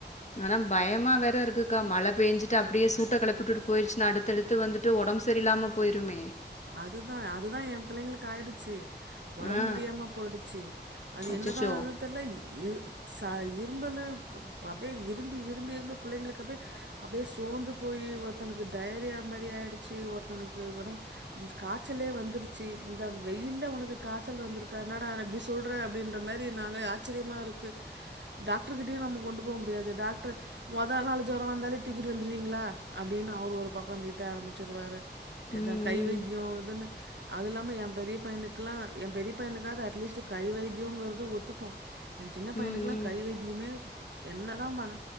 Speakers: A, on the left; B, on the right.
A: ஆனா பயமா வேற இருக்குக்கா மழ பேஞ்சுட்டு அ அப்டியே சூட்ட கெளப்பி உட்டுட்டு போயிடுச்சுனா அடுத்தடுத்து வந்துட்டு ஒடம்பு சரியில்லாம போயிருமே
B: அதுதா அதுதா ஏ பிள்ளைங்களுக்கு ஆயிடுச்சு ஒடம்பு
A: ஆ.
B: முடியாம போயிடுச்சு அது
A: அச்சச்சோ!
B: என்னதானு தெர்ல இ ச இரும்பலு அப்டியே இரும்பி இரும்பி இரும்பி புள்ளைங்களுக்கு அப்புடியே அப்டியே சோந்து போய் ஒருத்தனுக்கு டடைரியா மாரி ஆயிடுச்சு ஒருத்தனுக்கு ஒடம்பு காய்ச்சலே வந்துருச்சு இந்த வெயில்ல உனக்கு காய்ச்சல் வந்துருக்கா என்னடா எப்டி சொல்ற அப்டின்ற மாரி நாங்களே ஆச்சரியமாக இருக்கு டாக்டரு கிட்டயு நம்ம கொண்டு போக முடியாது டாக்டரு மொத நாலு ஜுரோ வந்தாலே தூக்கிட்டு வந்துருவீங்களா அப்டின்னு அவர் ஒரு பக்கோ திட்ட ஆரம்பிச்சுருவாரு
A: ம்,
B: எதா கை வைத்
A: ம்.
B: போதுன்னு அது இல்லாம ஏ பெரிய பையனுக்குல்லா ஏ பெரிய பையனுக்காக அட்லீஸ்ட் கை வைத் வைத்யோங்கறது ஒத்துக்கு எ சின்ன
A: ம்,
B: பையனுக்குல்லா
A: ம்.
B: கை வத்தியமே சூ என்ன தா பண்ணே